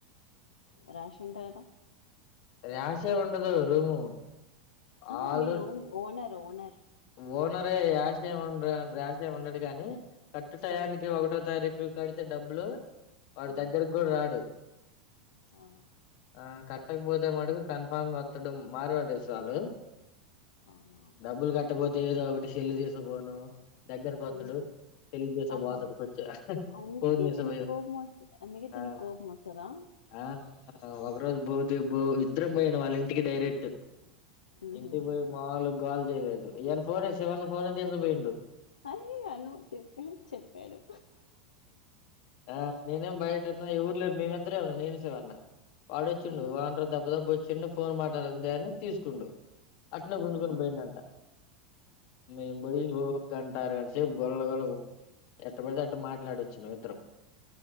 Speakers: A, on the left (about 70°); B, on the left (about 50°).
A: రాషి ఉంటాయి కదా
B: రాషే ఉండదు రూము
A: ఆ
B: ఆల్
A: మీరు ఓనర్ ఓనర్
B: ఓనరే ఆశేయం రాశేం ఉండడు గానీ కర్టు టయానికి
A: ఉమ్,
B: ఒకటో తారీఖు కడితే డబ్బులు వాడి
A: ఉమ్,
B: దగ్గరకి కూడా రాడు
A: అవునా
B: ఆ కట్టకపోతే మటుకు కన్ఫామ్ గా వత్తడు మార్వాడీస్ వాళ్ళు
A: అవునా
B: డబ్బులు కట్టకపోతే ఏదో ఒకటి సెల్ తీసకపోను దగ్గరకొత్తడు
A: ఉమ్, ఉమ్.
B: తెల్ తీసకబోతడుకొచ్చి
A: ఆహా అందుకే
B: ఫోన్ తీసకపోయి
A: దీనికి కోపం వస్తు అందుకే దీనికి
B: ఆ
A: కోపం వస్తుందా
B: ఆ ఒకరోజు బౌద్ బో ఇద్దరం పోయాను వాళ్ళ ఇంటికి డైరెక్ట్
A: ఉమ్,
B: ఇంటికి
A: ఉమ్,
B: పోయి
A: ఉమ్.
B: మాముూలుగా గోల చేయలేదు ఈయన ఫోనే శివన్న ఫోనే తీసకపోయిండు
A: అయ్య నువ్ చెప్పే చెప్పాడు
B: ఆ నేనేం బయట ఉన్నా ఎవురులేరు మేమిద్దరే ఉన్నా నేను శివన్న వాడొచ్చిండు
A: అవును
B: ఓనరు దబ దబ వచ్చిండు ఫోన్ మాట్లాడాన్ దా అని తీసుకుండు అట్నే గుంజుకొని
A: ఉమ్,
B: పోయిండు
A: ఉమ్,
B: అంట మేం పోయ్యి ఊరు గంట అర గంట సేపు గొల్ల గొల్ల ఎట్ట పడితే అట్ట మాట్లాడొచ్చినం ఇద్దరం